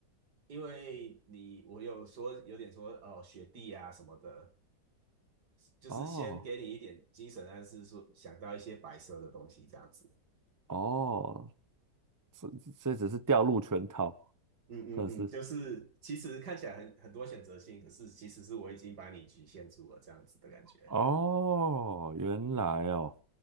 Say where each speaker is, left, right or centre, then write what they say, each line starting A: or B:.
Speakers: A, on the right; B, on the right.
A: 因为你我有说有点说哦雪地啊什么的，就是先给你一点精神暗示，
B: 哦
A: 说想到一些白色的东西这样子。
B: 哦，这这只是掉入圈套，
A: 嗯嗯嗯，
B: 算是。
A: 就是其实看起来很很多选择性，可是其实是我已经把你局限住了这样子的感觉。
B: 哦，原来哦，